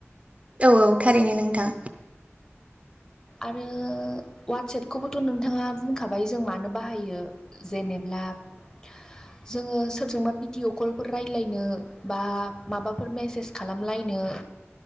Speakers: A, on the right (about 25°); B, on the left (about 15°).
A: औ औ थारैनो नोंथां।
B: आरो उवाटसेएपखौबोथ' नोंथाङा बुंखाबाय जों मानो बाहायो <unintelligible> जेनेब्लाब
A: <unintelligible>
B: जोङो सोरजोंबा बिडिअ' कलफोर रायज्लायनो बा माबाफोर मेसेज खालामलायनो